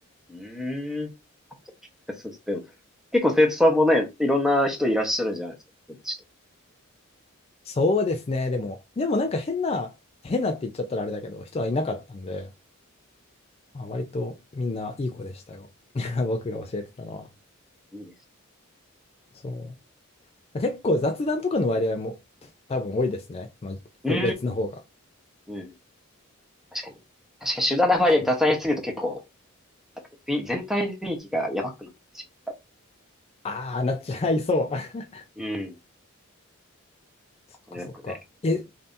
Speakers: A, in the centre; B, on the left.
A: うーん。<laughs> そうです。でも、結構生徒さんもね、いろんな人いらっしゃるじゃないですか。こっちと。
B: そうですね。でも、でもなんか変な、変なって言っちゃったらあれだけど、人はいなかったんで、まあ、割とみんないい子でしたよ。<laughs> 僕が教えてたのは。
A: いいです。
B: そう。結構雑談とかの割合も多分多いですね。まあ、
A: うん、
B: 個別の方が。
A: うんうん。確かに。確かに集団の場合、
B: そう。
A: 雑談やりすぎると結構、雰囲全体の雰囲気がやばくなってし
B: ああ、なっちゃいそう。<laughs>
A: ん、うん。
B: そっかそっか。
A: まうん。ニューヨークで。
B: え、